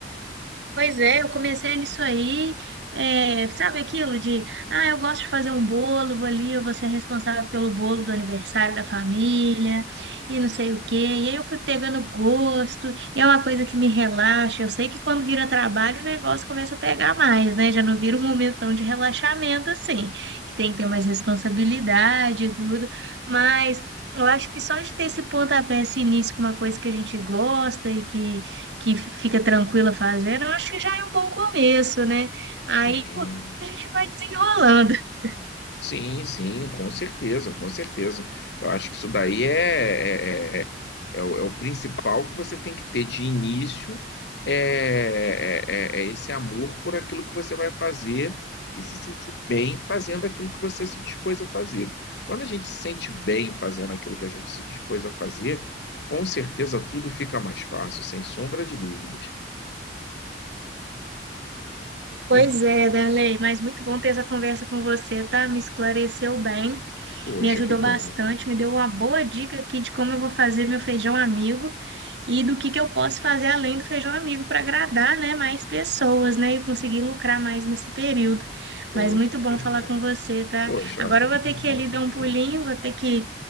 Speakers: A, on the right; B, on the left.
A: Pois é, eu comecei nisso aí, é, sabe aquilo de, ah, eu gosto de fazer um bolo, vou ali, eu vou ser responsável pelo bolo do aniversário da família, e não sei o quê. E aí eu fui pegando gosto, e é uma coisa que me relaxa. Eu sei que quando vira trabalho, o negócio começa a pegar mais, né? Já não vira um momentão de relaxamento assim, que tem que ter mais responsabilidade e tudo, mas. Eu acho que só de ter esse pontapé, esse início com uma coisa que a gente gosta e que que fica tranquila fazendo, eu acho que já é um bom começo, né? Aí
B: Sim.
A: a gente vai desenrolando. <laughs>
B: Sim, sim, com certeza, com certeza. Eu acho que isso daí é, é, é, é o, é o principal que você tem que ter de início, é, é, é- é esse amor por aquilo que você vai fazer e se sentir bem fazendo aquilo que você se dispôs a fazer. Quando a gente se sente bem fazendo aquilo que a gente se dispôs a fazer, com certeza tudo fica mais fácil, sem sombra de dúvidas.
A: Pois
B: Inclusive,
A: é, Darley, mas muito bom ter essa conversa com você, tá? Me esclareceu bem,
B: poxa,
A: me ajudou
B: que bom.
A: bastante, me deu uma boa dica aqui de como eu vou fazer meu feijão amigo. e do que que eu posso fazer além do feijão amigo para agradar, né, mais pessoas, né, e conseguir lucrar mais nesse período.
B: Poxa,
A: Mas muito bom
B: pois
A: falar
B: é.
A: com você, tá?
B: Poxa,
A: Agora
B: olha, muito
A: eu vou ter que
B: bom
A: ir ali
B: também.
A: dar um pulinho, vou ter que